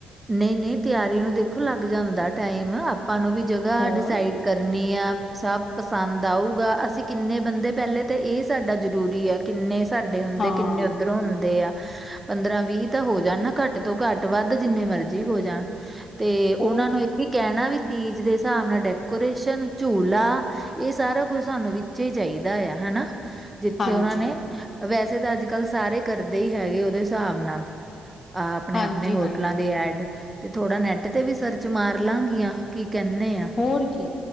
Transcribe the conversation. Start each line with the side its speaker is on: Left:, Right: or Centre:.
Right: ਨਈ-ਨਈ ਤਿਆਰੀ ਨੂੰ ਦੇਖੋ ਲੱਗ ਜਾਂਦਾ ਟਾਈਮ ਆਪਾਂ ਨੂੰ ਵੀ ਜਗ੍ਹਾ
Left: ਹੋਰ
Right: ਡਿਸਾਈਡ ਕਰਨੀ ਆ ਸਬ ਪਸੰਦ ਆਊਗਾ ਅਸੀਂ ਕਿੰਨੇ ਬੰਦੇ ਪੈਲੇ ਤੇ ਏ ਸਾਡਾ ਜ਼ਰੂਰੀ ਆ। ਕਿੰਨੇ ਸਾਡੇ ਹੁੰਦੇ,
Left: ਹਾਂ।
Right: ਕਿੰਨੇ ਉੱਧਰੋਂ ਹੁੰਦੇ ਆ ਪੰਦਰਾਂ -ਵੀਹ ਤਾਂ ਹੋ ਜਾਣ ਨਾ ਘੱਟ ਤੋਂ ਘੱਟ, ਵੱਧ ਜਿੰਨੇ ਮਰਜ਼ੀ ਹੋ ਜਾਣ ਤੇ
Left: ਹੋਰ
Right: ਉਹਨਾਂ ਨੂੰ,
Left: ਕੀ,
Right: ਇਹ ਵੀ ਕਹਿਣਾ ਵੀ, ਤੀਜ ਦੇ ਹਿਸਾਬ ਨਾਲ ਡੈਕੋਰੇਸ਼ਨ, ਝੂਲਾ ਇਹ ਸਾਰਾ ਕੁਛ, ਸਾਨੂੰ ਵਿੱਚ ਹੀ ਚਾਹੀਦਾ ਆ ਹਨਾ ਜਿੱਥੇ
Left: ਹਾਂਜੀ,
Right: ਉਹਨਾਂ ਨੇ, ਵੈਸੇ ਤਾਂ ਅੱਜ -ਕੱਲ੍ਹ ਸਾਰੇ ਕਰਦੇ ਹੈਗੇ, ਓਹਦੇ ਹਿਸਾਬ ਨਾਲ ਆਹ ਆਪਣੇ-ਆਪਣੇ
Left: ਹਾਂਜੀ,
Right: ਹੋ
Left: ਹਾਂਜੀ
Right: ਗੈਡ ਤੇ ਥੋੜਾ ਨੈੱਟ, ਤੇ ਵੀ ਸਰਚ ਮਾਰ ਲਾ ਗੀਆਂ ਕੀ ਕਹਿੰਨੇ ਆ
Left: ਹੋਰ ਕੀ,